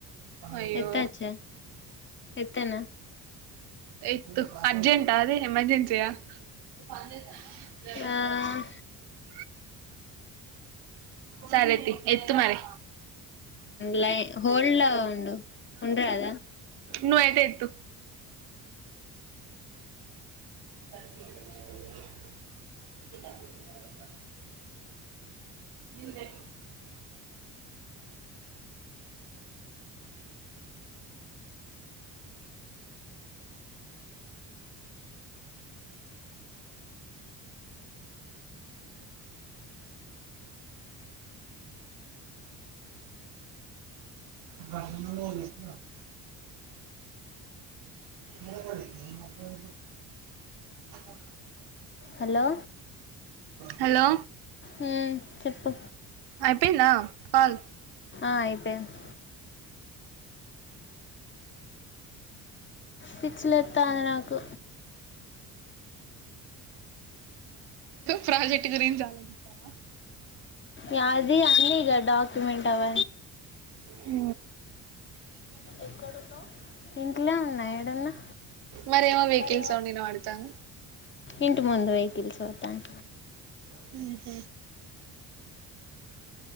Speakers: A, on the right (about 65°); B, on the left (about 25°).
A: అయ్యో!
B: ఎత్తచ్చా. ఎత్తనా
A: ఎత్తు అర్జెంటా అదే ఎమర్జెన్సయా ప <unintelligible>
B: ఆ
A: సరే అయితే ఎత్తు మరి
B: లై హోల్ ఉండు ఉండరా అదా.
A: ను ఎతే ఎూ అ <unintelligible> నింద ఎ భష స్త మ మా <unintelligible>
B: హలో
A: హలో
B: మ్మ్ చెప్పు
A: అయిపోయిందా కాల్
B: అయిపోయింది. పిచ్చి లేతాంది నాకు
A: ప్రాజెక్ట్ గ్రీన్ చాల త
B: యది అన్నీగ డాక్యుమెంట్ అవ్వ
A: ఉ
B: ఎక్కడున్నావ్ ఇ ఇంట్లో ఉన్నా. ఎడున్నా
A: మరేమో వెహికల్
B: మరి
A: సౌండ్ వినబడుతుంది
B: ఇంటి ముందు వయి కిల్స్ ఆరో టైమ్
A: హుహ్మ్